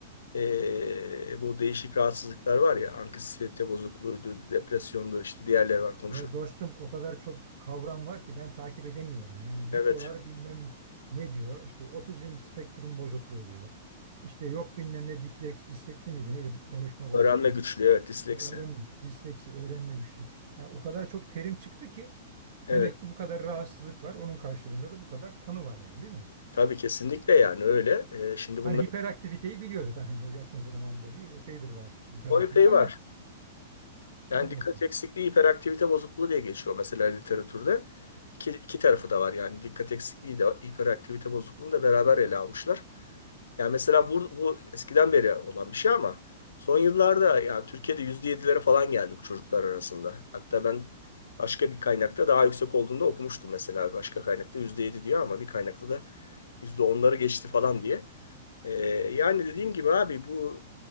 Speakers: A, on the left (about 80°); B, on the right (about 60°).
A: eee, bu değişik rahatsızlıklar var ya anksiyete bozukluğuydu, depresyondu işte diğerleri var konuşuruz.
B: Ya dostum o kadar çok kavram var ki ben takip edemiyorum. Yani
A: Evet
B: bipolar bilmem ne diyor. İşte otizm spektrum bozukluğu diyor. İşte yok bilmem ne disleks, disleksi miydi neydi konuşma bozukluğu.
A: öğrenme güçlüğü evet disleksi.
B: Öğrenme, disleksi, öğrenme güçlüğü. Yani o kadar çok terim çıktı ki
A: Evet
B: demek ki bu kadar rahatsızlık var. Onun karşılığında da bu kadar tanı var yani değil mi?
A: tabii kesinlikle yani öyle. Eee, şimdi bunların
B: Hani hiperaktiviteyi biliyorduk hani yakın zamanda değil, epeydir var hiperaktivite
A: o epey
B: ama
A: var. Yani
B: yani
A: dikkat eksikliği hiperaktivite bozukluğu diye geçiyor mesela literatürde. İki, iki tarafı da var yani dikkat eksikliği de hiperaktivite bozukluğunu da beraber ele almışlar. Yani mesela bu, bu eskiden beri olan bir şey ama son yıllarda yani Türkiye'de yüzde yedilere falan geldi bu çocuklar arasında. Hatta ben başka bir kaynakta daha yüksek olduğunu da okumuştum mesela. Başka kaynakta %7 diyor ama bir kaynakta da yüzde onları geçti falan diye. Ee, yani dediğim gibi abi bu